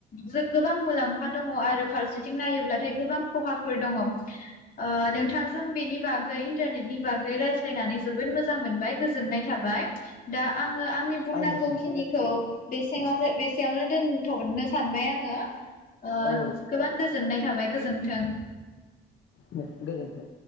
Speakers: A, on the left; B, on the left.
A: जो गोबां मुलाम्फा दङ आरो फारसेथिं नायोब्लाथाय गोबां खहाफोर दङ, ओ नोंथांजों बेनि बागै इन्टारनेटनि बागै रायज्ला ज्लायनानै जोबोद मोजां मोनबाय गोजोननाय थाबाय। दा आं ओ आंनि बुंनांगौखिनिखौ
B: आंनिसिमबो
A: बेसेङावनो बेसेयावनो दोनथ'नो सानबाय आङो ओ
B: औ
A: गोबां गोजोननाय थाबाय गोजोनथों।
B: दे गोजोन्थों।